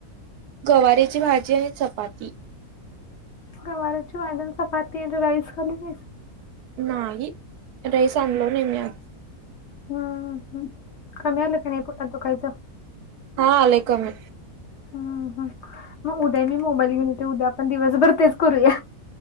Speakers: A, on the right; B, on the left.
A: गवारीेची भाजी आहे, चपाती.
B: गवारची भाजी, चपाती आणि राईस खाल्ली नाहीस.
A: नाही राईस अनलो नाही मी.
B: हम्म हम्म. कमी आलं की नाही पोटात दुखायचं.
A: हा आलय कामी.
B: हम. हम मग उद्या मी मोबाईल घेऊन येते, उद्या आपण दिवसभर तेच करूया.